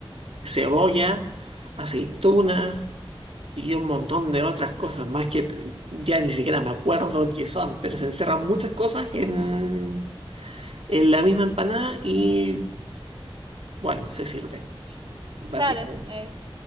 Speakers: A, on the right; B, on the right.
A: cebolla, aceituna y un montón de otras cosas más que ya ni siquiera me acuerdo qué son, pero se encierran muchas cosas en en la misma empanada y bueno, se sirve, básicamente.
B: Claro, es, eh,